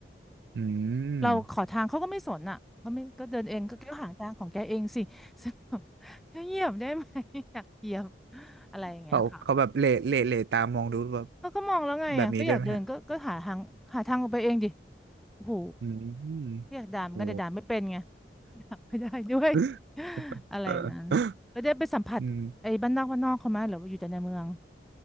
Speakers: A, on the right; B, in the centre.
A: อื
B: เราขอทางเขาก็ไม่สนอ่ะเขาไม่ก็เดินเองก็แก้วหาทางของแกเองสิซึ่งแบบ
A: ม
B: <laughs> เหยียบได้ไหม <laughs> อยากเหยียบอะไรอย่างเงี้ยค่ะ
A: เขาเขาแบบเหล่เหล่เหล่ตามองดูแบบ
B: เขาก็มองแล้วไงอ่ะก็อยากเดินก็ก็หาทางหาทางออกไปเองดิ
A: แบบนี้ด้วยไหมฮะ
B: โอ้โห
A: อืม
B: ก็อยากด่าเหมอนกันแต่ด่าไม่เป็นไง
A: โอ้
B: ไม่ได้ด้วย
A: <laughs>
B: อะไรอย่างนั้นแล้วได้ไปสัมผัสไอ้บ้านนอกบ้านนอกเขาไหมหรือว่าอยู่แต่ในเมือง
A: อืม